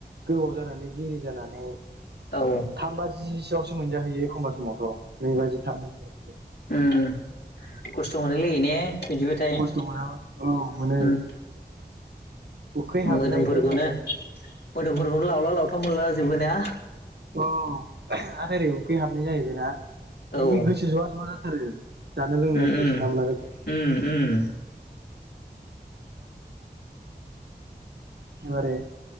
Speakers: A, on the right; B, on the left.
A: गोबाव जानानै देरिरि जानानै
B: औ उम
A: थाम बाजि जिसेआवसो मोनजाहैयो एखमबब्ला समावथ' नै बाजि थाम बाजियावसो।
B: उम। खस्थ मोनोलै ने बिदिबथाय उम‌।
A: खस्थ' मोना औ मोनो उखै हाबनायजों
B: मोदोमफोरखौनो मोदोमफोरखौनो लावला लावथाम मोनला जोबबो ना?
A: ओ आरो ओरै उखै हाबनाय जाहैबायना
B: औ
A: इखि
B: उम
A: गोसो जवा जवा जाथारो। जानो लोंनाय इन्टारेट
B: उम
A: मोना मोना जाथा
B: उम उम।
A: ओरै